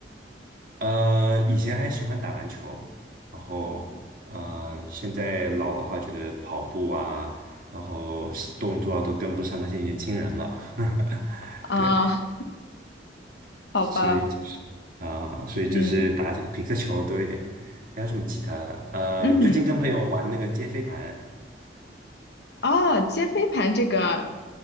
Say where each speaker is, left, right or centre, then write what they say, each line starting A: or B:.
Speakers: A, on the right; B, on the left.
A: 呃，以前还喜欢打篮球，然后呃，现在老的话，觉得跑步啊，然后动作啊都跟不上那些年轻人了。<laughs>
B: 啊，
A: 对，
B: 好吧，
A: 所以就是啊、所以就是打这个皮克球多一点。
B: 嗯
A: 还有什么其他的？呃，
B: 嗯。
A: 最近跟朋友玩那个接飞盘。
B: 哦，接飞盘这个，